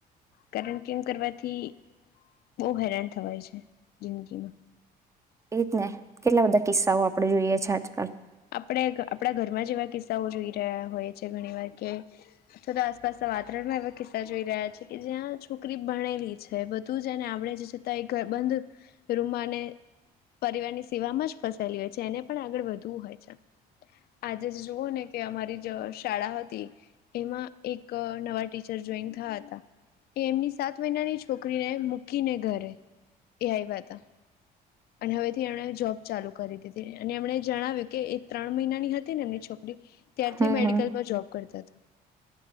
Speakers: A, on the left (about 65°); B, on the right (about 15°).
A: કરણ કેમ કરવાથી બહ હેરાન થવાય છે જિંદગીમાં
B: એ રીત ને કેટલા બધા કિસ્સાઓ આપડણે જોઈએ છે આજકાલ
A: આપણે આપણા ઘરમાં જ એવા કિસ્સાઓ જોઈ રહ્યા હોય છે ઘણી વાર કે અથવા તો આસપાસના વાતાવરણમાં એવા કિસ્સા જોઈ રહ્યા છે કે જ્યાં છોકરી ભણેલી છે બધું જને આપણે જે છતાં એ બંધ રૂમમાં અને પરિવારની સેમાં જ ફસાયેલી હોય છે એને પણ આગળ વધવું હોય આજે જ જોુવો ને કે અમારી શાળા હતી એમાં એક નવા ટીચર જોઈન થયા હતા એ એમની સાત મહિનાની છોકરીને મૂકીને ઘરે એ આવ્યા હતા અને હવે થી એમણે જોબ ચાલુ કરી દીધી અને એમણે જણાવ્યું કે એ ત્રણ મહિનાની હતી એમની છોકરી ત્યારથી
B: હમ
A: મેડિકલમાં જોબ કરતા હતા